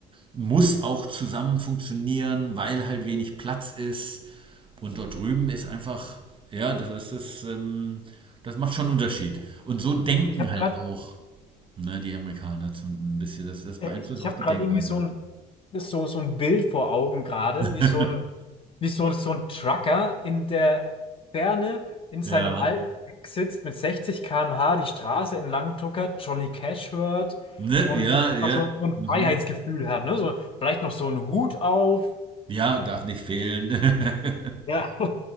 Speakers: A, on the right; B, on the left.
A: muss auch zusammen funktionieren, weil halt wenig Platz ist. Und dort drüben ist einfach, ja, das ist das, ähm, das macht schon einen Unterschied.
B: Ich,
A: Und so denken
B: ich habe
A: halt
B: gerade,
A: auch, ne, die Amerikaner zum, ein bisschen, das, das beeinflusst
B: ich, ich
A: auch
B: habe
A: die
B: gerade
A: Denkweise.
B: irgendwie so ein, so, so ein Bild vor Augen gerade,
A: <laughs>
B: wie so ein, wie so, so ein Trucker in der Ferne in seinem
A: Ja.
B: alten Truck sitzt mit 60 km/h die Straße entlang tuckert, Johnny Cash hört
A: Ne,
B: und
A: ja, ja.
B: einfach so, so ein
A: Mhm.
B: Freiheitsgefühl hat, ne? So, vielleicht noch so einen Hut auf.
A: Ja, darf nicht fehlen. <laughs>
B: Ja.